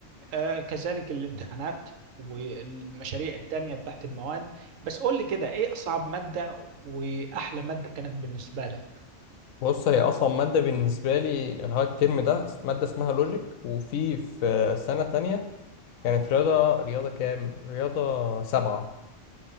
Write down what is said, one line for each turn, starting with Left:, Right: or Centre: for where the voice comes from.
Right: آه كذلك الامتحانات والمشاريع التانية بتاعت المواد بس قول لي كده ايه اصعب مادة واحلى مادة كانت بالنسبة لك
Left: بص هي اصلا ماده بالنسبه لي اللي هو الترم ده ماده اسمها لوجيك وفي في سنه تانية كانت رياضة رياضة كام؟ رياضة سبعة